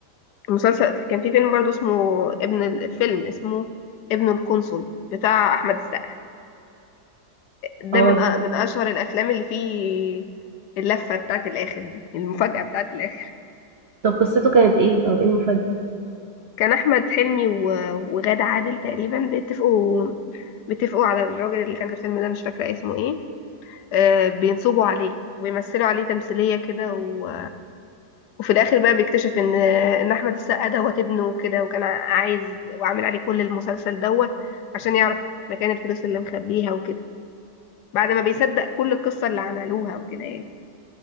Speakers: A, on the left; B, on the right.
A: مسلسل كان في فيلم برضو اسمه ابن الفيلم اسمه ابن القنصل بتاع احمد السقا ده
B: اه
A: من أ- من اشهر الافلام اللي فيه اللفه بتاعت الاخر دي المفاجاه بتاعت الاخر
B: طب قصته كانت ايه او ايه المفاجاه
A: كان احمد حلمي و- وغادة عادل تقريبا بيتفقوا بيتفقوا على الراجل اللي كان في الفيلم ده مش فاكره اسمه ايه آه بينصبوا عليه وبيمثلوا عليه تمثيليه كده و... وفي الاخر بقى بيكتشف ان ان احمد السقا دوت ابنه كده وكان ع- عايز وعامل عليه كل المسلسل دوت عشان يعرف مكان الفلوس اللي مخبيها وكده بعد ما بيصدق كل القصه اللي عملوها وكده يعني